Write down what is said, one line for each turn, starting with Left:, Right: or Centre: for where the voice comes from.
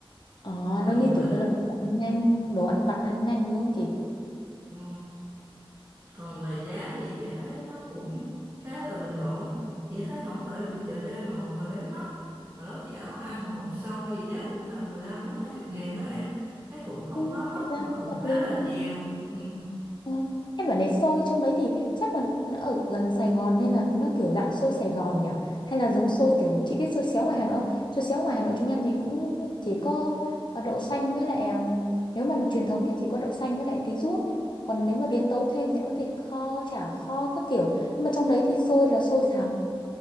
Left: Ờ,
Right: còn
Left: nó như
Right: về
Left: kiểu như là đồ ăn nhanh, đồ ăn vặt ăn nhanh đúng không chị?
Right: ừ, còn về giá thì chị thấy nó cũng khá là bình ổn chị thấy không phải vì chợ đêm mà mọi người bán mắc hồi đó chị áo ăn mà hộp xôi thì giá cũng tầm 15 đến 20 ngàn á em thấy cũng không
Left: Ừ,
Right: quá mắc
Left: vậy ra
Right: mà
Left: cũng
Right: cũng
Left: hợp
Right: khá
Left: lý
Right: là
Left: mà.
Right: nhiều ừ,
Left: Ờ, Em bảo đấy xôi trong đấy thì chắc là nó ở gần Sài Gòn nên là nó kiểu dạng xôi Sài Gòn nhỉ? Hay là giống xôi kiểu chị biết xôi xéo ngoài Hà Nội không? Xôi xéo ngoài Hà Nội chúng em thì cũng chỉ có ờ, đậu xanh với lại ừm, nếu mà truyền thống nhé chỉ có đậu xanh với lại tí ruốc. Còn nếu mà biến tấu thêm thì có thịt kho, chả kho các kiểu. Nhưng mà trong đấy thì xôi là xôi xào.